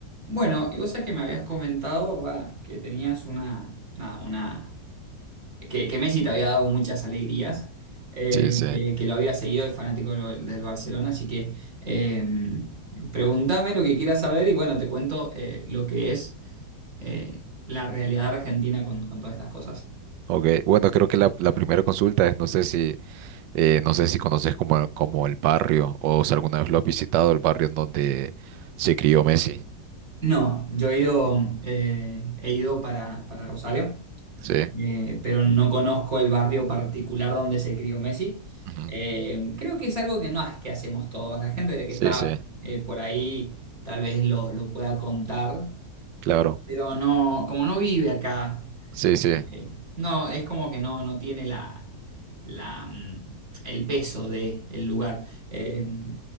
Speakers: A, on the right (about 55°); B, on the right (about 85°).
A: Bueno, y vos sabés que me habías comentado, va, que tenías una, nada, una, que, que Messi te había dado muchas alegrías, eh,
B: Sí, sí.
A: que, que lo había seguido, es fanático del, del Barcelona, así que eh, preguntame lo que quieras saber y bueno, te cuento eh, lo que es eh, la realidad argentina con, con todas estas cosas.
B: Ok, bueno, creo que la, la primera consulta es, no sé si, eh, no sé si conoces como, como el barrio o si alguna vez lo has visitado, el barrio en donde se crió Messi.
A: No, yo he ido, eh, he ido para, para Rosario.
B: Sí.
A: Eh, pero no conozco el barrio particular donde se crió Messi.
B: Ujú.
A: Eh, creo que es algo que no es que hacemos todos. La gente de que
B: Sí,
A: está
B: sí,
A: eh, por ahí tal vez lo, lo pueda contar,
B: claro.
A: pero no, como no vive acá.
B: Sí, sí.
A: Eh, no, es como que no, no tiene la, la, mm, el peso del lugar. Eh,